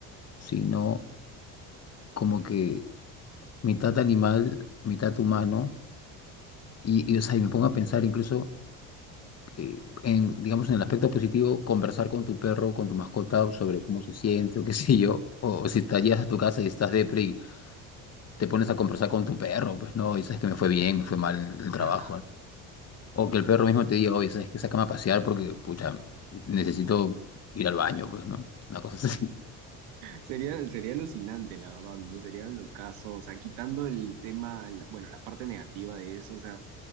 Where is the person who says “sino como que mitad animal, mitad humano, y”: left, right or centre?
Left